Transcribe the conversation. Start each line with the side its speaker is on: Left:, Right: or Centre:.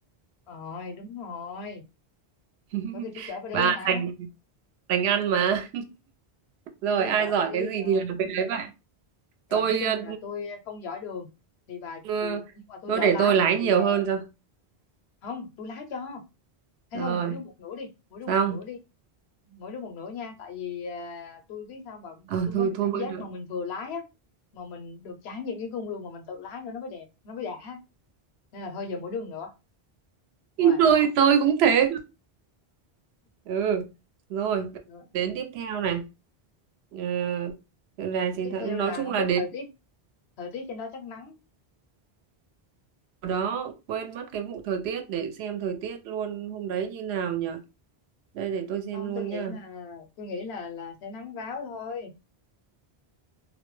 Left: rồi đúng rồi
Right: <laughs>
Left: bởi vì tôi chở bà đi
Right: và
Left: mà
Right: thành thành ăn mà rồi
Left: tôi
Right: ai
Left: chở
Right: giỏi
Left: bà đi
Right: cái gì
Left: ờ.
Right: thì làm cái đấy vậy
Left: rồi
Right: tôi
Left: nói chung
Right: ờ,
Left: là tôi không giỏi đường thì bà
Right: ờ,
Left: thì, nhưng mà tôi
Right: tôi
Left: giỏi
Right: để
Left: lái
Right: tôi lái nhiều
Left: thì bà
Right: hơn cho
Left: không tôi lái cho Thế
Right: rồi
Left: thôi mỗi đứa một nửa đi, mỗi đứa
Right: xong
Left: một nửa đi, mỗi đứa một nửa nha. Tại vì à, tôi biết sao mà
Right: ờ
Left: tôi muốn
Right: thôi
Left: cái
Right: thôi
Left: cảm
Right: mới
Left: giác
Right: được
Left: mà mình vừa lái á, mà mình được trải nghiệm cái cung đường mà mình tự lái nữa nó mới đẹp, nó mới đã. Nên là thôi giờ mỗi đứa một nửa.
Right: <laughs>
Left: Rồi.
Right: tôi tôi cũng thế ừ rồi
Left: ừ.
Right: đến tiếp theo này Ờ, là chiến
Left: Tiếp
Right: thắng
Left: theo
Right: nói
Left: là
Right: chung
Left: không
Right: là
Left: biết
Right: đến
Left: thời tiết, thời tiết trên đó chắc nắng.
Right: hồi đó quên mất cái vụ thời tiết để xem thời tiết luôn hôm đấy như nào nhỉ đây để tôi xem
Left: Không,
Right: luôn
Left: tôi nghĩ
Right: nha
Left: là tôi nghĩ là là sẽ nắng ráo thôi,